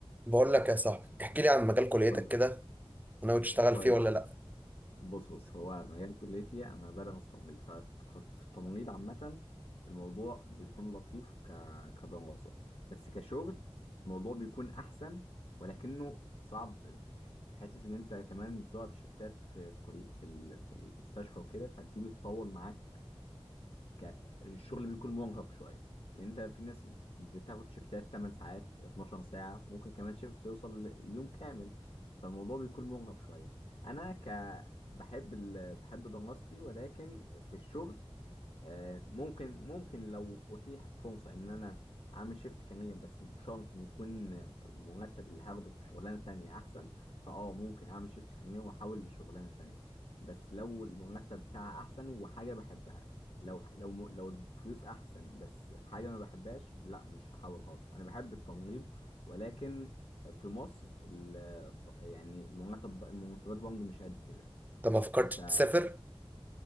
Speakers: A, on the right; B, on the left.
A: بقول لك يا صاحبي احكي لي عن مجال كليتك
B: طيب
A: كده وناوي تشتغل
B: طيب
A: فيه ولا لا
B: بص بص هو مجال كليتي انا بدرس تمريض ففي التمريض عامة الموضوع بيكون لطيف ك... كدراسة بس كشغل الموضوع بيكون احسن ولكنه صعب في ح- في حتة ان انت كمان بتقف شيفتات في في كل... في ال... في المستشفى وكده فدي بتطول معاك ك... الشغل بيكون مرهق شويه لان انت في ناس بتاخد شيفتات 8 ساعات 12 ساعه ممكن كمان شيفت يوصل ليوم كامل فالموضوع بيكون مرهق شويه انا ك بحب ال... بحب دراستي ولكن في الشغل آه، ممكن ممكن لو اتيحت فرصه ان انا اعمل شيفت كارير بس بشرط ان يكون المرتب اللي هاخده في شغلانه تانية احسن فاه ممكن اعمل شيفت كارير واحاول لشغلانه تانية بس لو المرتب بتاعها احسن وحاجه بحبها لو لو م- لو الفلوس احسن بس حاجه ما بحبهاش لا مش هحاول خالص انا بحب التمريض ولكن في مصر ال- الط- يعني المرتب المرتبات برضه مش قد كده
A: انت ما فكرتش
B: انت
A: تسافر